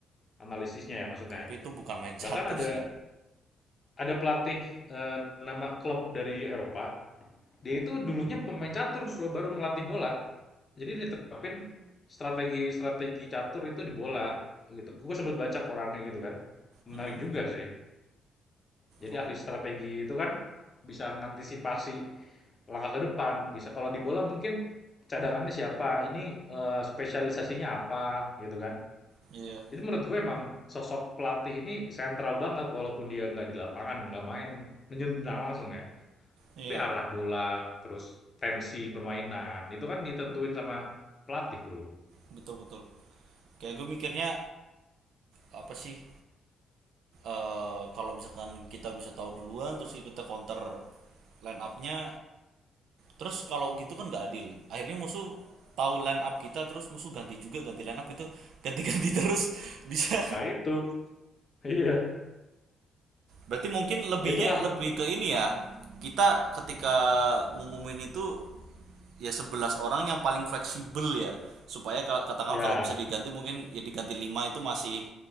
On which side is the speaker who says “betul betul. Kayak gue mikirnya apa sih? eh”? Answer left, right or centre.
Right